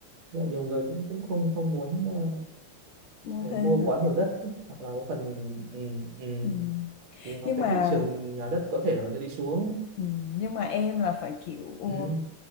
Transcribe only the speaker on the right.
Nên là nhiều người cũng cũng không không muốn ờ,
ờ,
mua quá
nhiều đất ấy. hoặc là cái phần ừ, ừ.
thì nó
cái
thị trường nhà đất có thể nó sẽ đi xuống
ừ